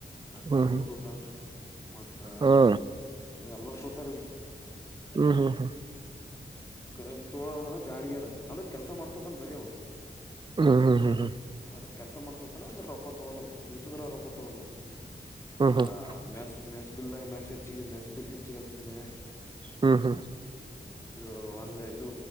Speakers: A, on the right; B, on the left.
A: ಹ್ಮ್
B: ಕರಡಿ
A: ಹ್ಮ್
B: ತೋತನ್. ಮತ್ತಾ
A: ಹಾ
B: ಎಮ್ನೊರ್ ತೊತಾರಿಲ್ಲಿ.
A: ಹ್ಮ್ ಹ್ಮ್ ಹ್ಮ್
B: <unintelligible> ಗ ತೋಳರ್ದ್ದ್ಂದ್ರ್ ಗಾಣ್ಗೇರ್ ಅಂದ್ರ್ ಕೆಲ್ಸ ಮಾಡ್ಸೋತನ್ ಬರಿ ಅವ.
A: ಹ್ಮ್ ಹ್ಮ್ ಹ್ಮ್ ಹ್ಮ
B: ಅಂದ್ರ ಕೆಲ್ಸ ಮಾಡ್ಸೋತನ ಅಂದ್ರ್ ರೊಕ್ಕ ತೊಳ್ಲ್ವ್ ಹಿಂತದ್ರ್ ರೊಕ್ಕ ತೊಳೋದ್ಲ.
A: ಹ್ಮ್ ಹ್ಮ್
B: ಆ
A: ಹ್ಮ್
B: ಮೆಸ್ ಮೆಸ್ ಬಿಲ್ದಾಗ್ ಮೆಸ್ಸ್ ಹೆಚ್ಚಿಗೆ ಮೆಸ್ಸ್ ಬಿಲ್ ಹೆಚ್ಚಿಗೆ ಹಚ್ಚಿದ್ನೆ
A: ಹ್ಮ್ ಹ್ಮ್
B: ಹ್ಮ್ ಇದು ಒಂದ್ ಇದು